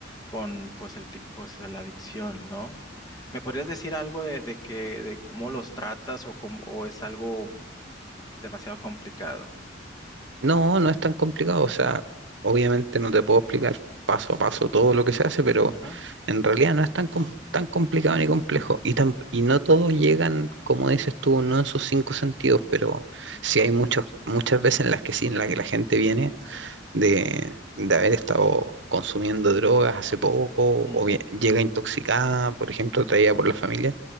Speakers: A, on the left; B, on the right.
A: con pues el tipo, pues, la adicción, ¿no? ¿Me podrías decir algo de, de que de cómo los tratas o cómo o es algo demasiado complicado?
B: No, no es tan complicado, o sea, obviamente no te puedo explicar paso a paso todo lo que se hace, pero
A: Ujú,
B: en realidad no es tan, com- tan complicado ni complejo. Y, tam- y no todos llegan, como dices tú, no en sus cinco sentidos, pero sí hay muchos, muchas veces en las que sí, en las que la gente viene de, de haber estado consumiendo drogas hace poco, o
A: ujú.
B: bien llega intoxicada, por ejemplo, traída por la familia.